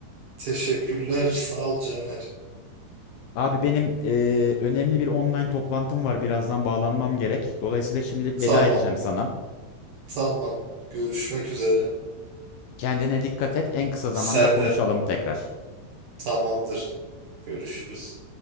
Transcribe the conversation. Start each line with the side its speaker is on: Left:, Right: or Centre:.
Right: Teşekkürler. Sağ ol Caner.
Left: Abi benim eee, önemli bir online toplantım var. Birazdan bağlanmam gerek. Dolayısıyla şimdilik
Right: Tamam.
Left: veda edeceğim sana.
Right: Tamam. Görüşmek üzere.
Left: Kendine dikkat et. En kısa zamanda
Right: Sen
Left: konuşalım
Right: de.
Left: tekrar.
Right: Tamamdır. Görüşürüz.